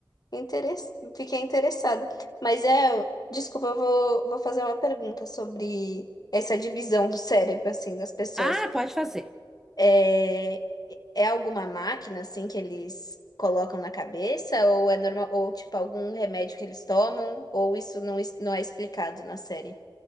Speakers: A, on the left (about 50°); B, in the centre.
A: Interes... Fiquei interessada. Mas é. Desculpa, eu vou, vou fazer uma pergunta sobre essa divisão do cérebro, assim, das pessoas.
B: Ah, pode fazer.
A: É, é alguma máquina assim que eles colocam na cabeça ou é normal ou tipo algum remédio que eles tomam ou isso não, es- não é explicado na série?